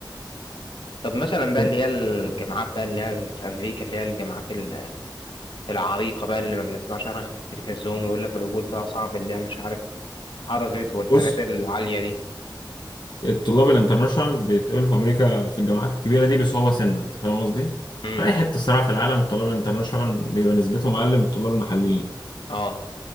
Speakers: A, on the left; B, on the left.
A: طب مثلا بقى
B: طب
A: اللي هي الجامعات بقى اللي هي ال- في امريكا اللي هي الجامعات ال- العريقه بقى اللي ما بنسمعش عنها غير في التلفزيون ويقول لك القبول فيها صعب اللي هي مش عارف عرفت والحاجات
B: بص
A: العاليه دي
B: الطلاب الانترناشونال بيتقبلوا في امريكا في الجامعات الكبيره دي بصعوبه سنه انت فاهم قصدي
A: امم
B: في اي حته الصراحه في العالم الطلاب الانترناشونال بيبقى نسبتهم اقل من الطلاب المحليين
A: اه